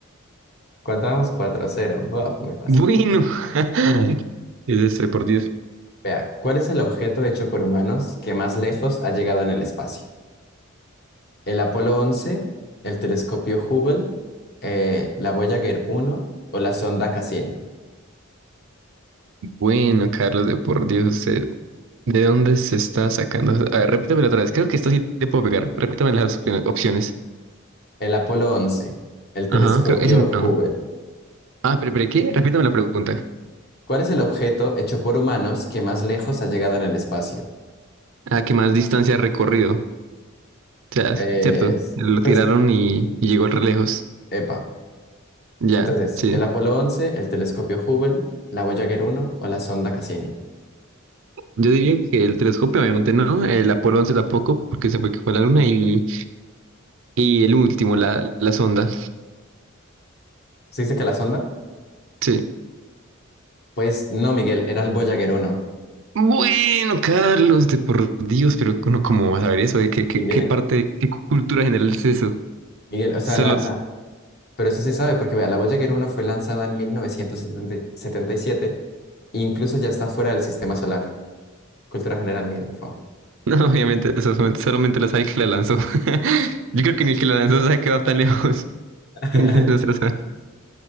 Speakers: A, on the left (about 50°); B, on the right (about 65°).
A: <laughs> ¿cuánto vamos? cuatro a cero Buah, muy fácil.
B: bueno, bueno, <laughs> es este, por Dios.
A: Vea, ¿cuál es el objeto hecho por humanos que más lejos ha llegado en el espacio? el Apolo once, el telescopio Hubble, eh, la Voyager uno o la sonda Cassini.
B: Bueno, Carlos, de por Dios, usted, ¿de dónde se está sacando? A ver, repítamelo otra vez. Creo que esta sí te puedo pegar. Repítame las opciones.
A: El Apolo once, el telescopio
B: Ajá, creo que ese
A: Hubble.
B: no. Ah, pero, pero ¿qué? Repítame la pregunta.
A: ¿Cuál es el objeto hecho por humanos que más lejos ha llegado en el espacio?
B: Ah, que más distancia ha recorrido. O sea, es
A: Eh,
B: cierto,
A: es-
B: lo
A: pues,
B: tiraron y, y llegó re lejos.
A: epa.
B: Ya,
A: Entonces,
B: sí.
A: el Apolo once, el telescopio Hubble, la Voyager uno o la sonda Cassini.
B: Yo diría que el telescopio, obviamente no, el Apolo once tampoco, porque se fue que fue a la Luna, y, y el último, la, la sonda.
A: ¿Se dice que la sonda?
B: Sí.
A: Pues no, Miguel, era el Voyager uno.
B: Bueno, Carlos, de por Dios, pero uno cómo va a saber eso, eh? ¿Qué, qué,
A: Miguel,
B: qué parte, qué cultura general es eso?
A: Miguel, o sea,
B: Solo,
A: la, la- Pero eso se sabe porque, vea, la Voyager uno fue lanzada en mil novecientos setenta y siete. Incluso ya está fuera del sistema solar. Cultura general, Miguel, por favor.
B: <laughs> no, obviamente, eso, solamente solamente lo sabe el que la lanzó. <laughs> Yo creo que ni el que la lanzó sabe que va tan lejos. <laughs>
A: <laughs>
B: No se lo sabe.